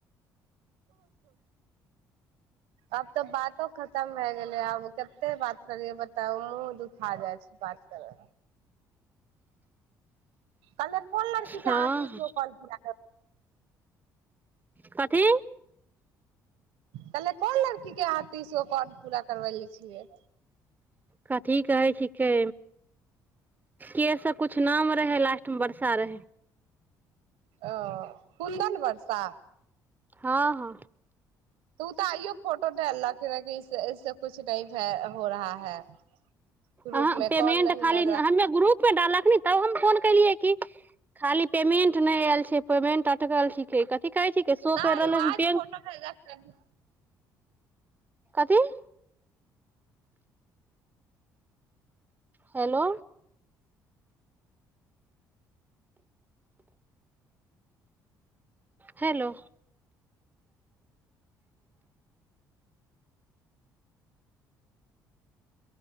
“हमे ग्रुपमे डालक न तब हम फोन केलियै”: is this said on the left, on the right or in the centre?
Right